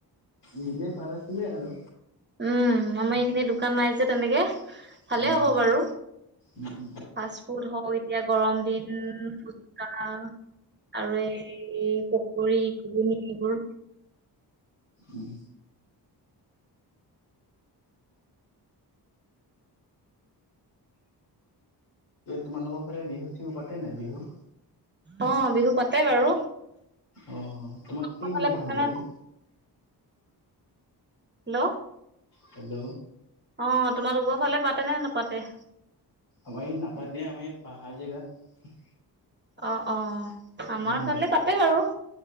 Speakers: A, on the left (about 75°); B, on the right (about 25°).
A: নিলে ভাল আছিলে আৰু।
B: উম, আমাৰ এইখিনি দোকান নাই যে তেনেকে। ভালে
A: উম,
B: হ'ব
A: উম,
B: বাৰু।
A: উম, উম,
B: ফাচ ফুড হয়এতিয়া গৰম দিন ফুচকা আৰু এই পকৰি ঘূগুণী এইবোৰ।
A: উম। তোমালোকৰ ফালে বিহু-চিহু পাতে নাই বিহু?
B: অ, বিহু পাতে। বাৰু
A: অ, তোমাক কি
B: তোমালোকৰ
A: বিহু
B: ফালে
A: ভাল
B: পাতে
A: লাগে?
B: নে হেল্ল'।
A: হেল্ল'।
B: অ, তোমাৰালোকৰ ফালে পাতে নে নাপাতে?
A: আমাৰ ইয়াত নাপাতে। আমাৰ ইয়াত পাহাৰ জেগাত
B: অ, অ আমাৰ
A: উম,
B: ফালে পাতে বাৰু।